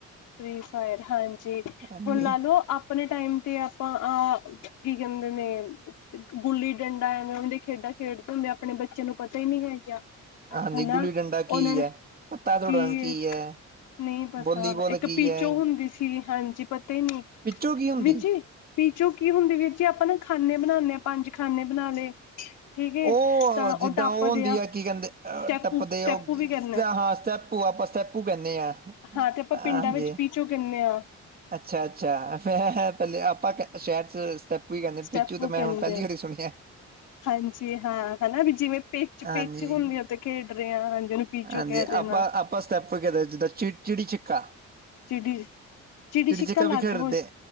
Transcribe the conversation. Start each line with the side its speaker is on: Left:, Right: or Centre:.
Left: Free Fire ਹਾਂਜੀ
Right: ਹਾਂਜੀ
Left: ਹੁਣ ਲਾ ਲੋ ਆਪਣੇ ਟਾਈਮ ਤੇ ਆਪਾਂ ਆ ਗ ਕੀ ਕਹਿੰਦੇ ਨੇ ਗੁੱਲੀ ਡੰਡਾ ਐਵੇਂ ਉਹਦੇ ਖੇਡਾਂ ਖੇਡਦੇ ਹੁੰਦੇ ਆਪਣੇ ਬੱ ਬੱਚੇ ਨੂੰ ਪਤਾ ਹੀ ਨਹੀਂ ਹੈ ਕਿਆ।
Right: ਹਾਂਜੀ
Left: ਹਨਾ
Right: ਗੁੱਲੀ ਡੰਡਾ
Left: ਉਹਨਾਂ
Right: ਕੀ
Left: ਨੇ
Right: ਹੈ ਪੱਤਾ ਦੌੜਨ
Left: ਕੀ ਏ
Right: ਹੈ
Left: ਨਹੀਂ ਪਤਾ
Right: ਵੋਲੀਬੋਲ
Left: ਇੱਕ। ਕਪੀਚੋ
Right: ਕੀ ਹੈ
Left: ਹੁੰਦੀ ਸੀਗੀ ਹਾਂਜੀ ਪਤਾ ਹੀ ਨਹੀਂ।
Right: ਪਿੱਚੋ ਕੀ ਹੁੰਦੀ
Left: ਵੀਰ ਜੀ ਹੀਮ ਪੀਚੋਂ ਕੀ ਹੁੰਦੀ ਵਿੱਚ ਹੀ ਆਪਾਂ ਨਾ ਖਾਨੇ ਬਣਾਉਦੇ ਹਾਂ ਪੰਜ। ਖਾਨੇ ਬਣਾ ਲਏ। ਠੀਕ ਏ
Right: ਉਹ
Left: ਤਾਂ
Right: ਜਿੱਦਾਂ
Left: ਟੱਪਦੇ
Right: ਉਹ ਹੁੰਦੀ ਆ ਕੀ ਕਹਿੰਦੇ ਅ
Left: ਸਟੈਪੂ
Right: ਟੱਪਦੇ
Left: ਸਟੈਪੂ
Right: ਉਹ
Left: ਵੀ ਕਹਿੰਦੇ
Right: ਹਾਂ ਸਟੈਪੂ। ਸਟੈਪੂ ਆਪੂ ਕਹਿੰਦੇ ਆ।
Left: ਹਾਂ ਤੇ ਆਪਾਂ
Right: ਹਾਂਜੀ
Left: ਪਿੰਡਾਂ ਵਿੱਚ ਪੀਚੋਂ ਕਿੰਨੇ ਆ।
Right: ਅੱਛਾ ਅੱਛਾ ਮੈਂ ਪਹਿਲੇ ਆਪਾਂ ਸ਼ਹਿਰ ਚ। ਆਪ ਹੀ ਕਹਿੰਦੇ
Left: ਸਟੈਪੂ
Right: ਪਿੱਚੋਂ ਤਾਂ ਮੈਂ
Left: ਕਹਿੰਦੇ
Right: ਹੁਣ ਪਹਿਲੀ ਵਾਰੀ ਸੁਣਿਆ।
Left: ਹਾਂਜੀ ਹਾਂ, ਹੈ ਨਾ ਵੀ ਜਿਵੇਂ ਪਿਚ
Right: ਹਾਂਜੀ
Left: ਪਿਚ ਹੁੰਦੀ ਉਥੇ ਖੇਡ ਰਹੇ ਹ ਹਾਂ ਜਿ ਉਹਨੂੰ ਪਿਚੋ
Right: ਹਾਂਜੀ
Left: ਕਹਿ। ਦੇਣਾ
Right: ਆਪਾਂ ਆਪਾਂ ਸਟੈਪੂ ਜਿੱਦਾਂ ਚਿ ਚਿੜੀ ਛਿੱਕਾ।
Left: ਚਿੜੀ।
Right: ਚਿੜੀ
Left: ਛਿੱਕਾ
Right: ਛਿਕਾ
Left: ਅਲੱਗ
Right: ਵੀ ਖੇਡਦੇ
Left: ਹੋ